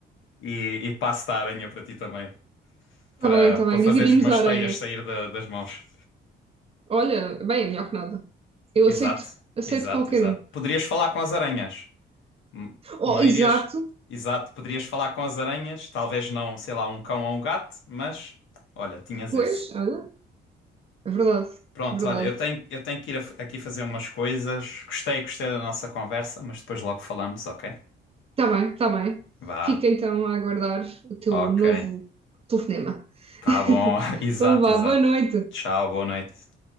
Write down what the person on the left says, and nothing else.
e, e passo da aranha para ti também,
para,
para
fazeres
umas
teias sair da- das mãos.
Exato,
exato,
exato.
Poderias falar com as aranhas. Hum,
Não
irias. Exato, poderias falar com as aranhas, talvez não, sei lá, um cão ou um gato, mas olha, tinhas
esse.
Pronto,
olha, eu tenho, eu tenho que ir a- aqui fazer umas coisas. Gostei, gostei da nossa conversa, mas depois logo falamos, ok?
Vá.
Ok.
Tá
bom. <laughs> Exato,
exato.
Tchau, boa noite.